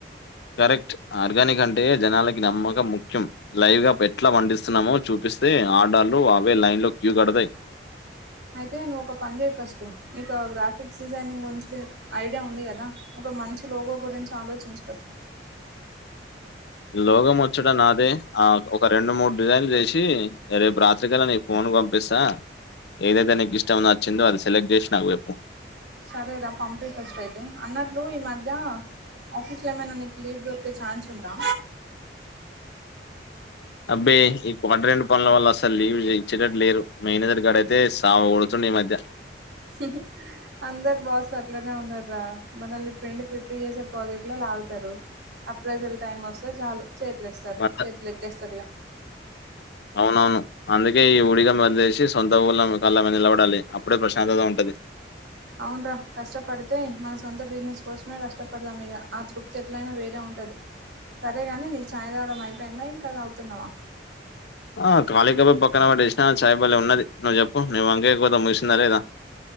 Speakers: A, on the left; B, on the right.
A: కరెక్ట్ ఆర్గానిక్ అంటే జనాలకి నమ్మకం ముఖ్యం. లైవ్ గా పెట్లా పండిస్తున్నామో చూపి స్తే ఆడల్లు అవే లైన్ లో క్యూ కడతాయ్
B: అయితే నువ్ ఒక పని చెయి ఫస్ట్ ఇక గ్రాఫిక్స్ డిజైనింగ్ గురించి ఐడియా ఉంది కదా. ఒక మంచి లోగో గురించి ఆలోచించు ఫస్ట్
A: లోగం వచ్చడ నాదే ఆ ఒక రెండు మూడు డిజైన్లు చేసి రేపు రాత్రికల నీ ఫోన్ నువ్ పంపిస్తా ఏదైతే నీకు ఇష్టం నచ్చిందో అది సెలెక్ట్ చేసి నాకు వెప్పు
B: సరేరా పంపియ్ పొస్ట్ అయితే అన్నట్లు ఈ మధ్య ఆఫీస్ లో ఏమన్న నీకు లీవ్ దొరికే ఛాన్స్ ఉందా?
A: అబ్బే ఈ క్వటర్ రెండు పనుల వల్ల అసలు లీవ్ ఇచ్చేటట్టు లేరు. మేనేజర్ గాడు అయితే సావ గొడతాడు. ని మధ్య
B: హుహు్ అందరు బాసులు అట్లనే ఉన్న రా మనల్ని పిండి పిప్పి చేసే ప్రాజెక్ట్ లే లాగుతారు. ఆ ప్రెజర్ టైం వస్తే చాలు చేతిలు ఏస్తారు
A: బట్
B: చేతులు ఎత్తేస్తారు ఇగ
A: అవునవును అందుకే ఈ ఊడిగం వదిలేసి సొంత ఊళ్ళ కల్ల నిలబడాలి అప్పుడే ప్రశాంతత ఉంటది. లె
B: అవునరా కష్టపడితే మన సొంత బిజినెస్ కోసమే కష్టపడదాం ఇగ ఆ తృప్తి ఎట్లైనా వేరే ఉ దది సరేగాని నీ చాయ్ తాగడం అయిపోయింద ఇంకా తాగుతున్నావా?
A: ఆ ఖాళీకబ పక్కన పడేసినా చాయ్ బలే ఉన్నది. నువ్వు చెప్పు నువ్వు అంకపోతా ముగిసిందా లేదా?